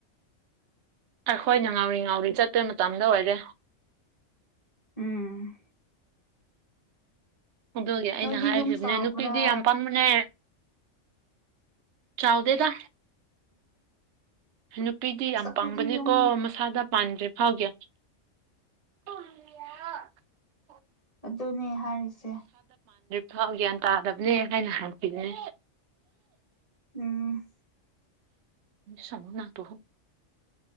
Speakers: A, on the right; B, on the left.
A: ꯑꯩꯈꯣꯏꯅ ꯉꯥꯎꯔꯤ ꯉꯥꯎꯔꯤ ꯆꯠꯄ ꯃꯇꯝꯗ ꯑꯣꯏꯔꯦ
B: ꯎꯝ
A: ꯑꯗꯨꯒꯤ ꯑꯩꯅ
B: ꯅꯣꯏꯗꯤ
A: ꯍꯥꯏꯈꯤꯕꯅꯦ
B: ꯌꯨꯝ ꯆꯥꯎꯕ꯭ꯔꯥ
A: ꯅꯨꯄꯤꯗꯤ ꯌꯥꯝ ꯄꯥꯝꯕꯅꯦ ꯆꯥꯎꯗꯦꯗ ꯅꯨꯄꯤꯗꯤ
B: ꯑꯁ
A: ꯌꯥꯝ
B: ꯑꯩꯈꯣꯏꯗꯤ
A: ꯄꯡꯕꯅꯤꯀꯣ
B: ꯌꯨꯝ
A: ꯃꯁꯥꯗ ꯄꯥꯟꯗꯔ꯭ꯤ <unintelligible>
B: ꯑꯗꯨꯅꯦ ꯍꯥꯏꯔꯤꯁꯦ
A: ꯊꯥꯎ ꯒ꯭ꯌꯥꯟ ꯇꯥꯗꯕꯅꯦ ꯍꯥꯏꯅ ꯍꯥꯏꯈꯤꯕꯥꯅꯦ
B: ꯎꯝ
A: ꯁꯃꯅ ꯇ ꯍꯣ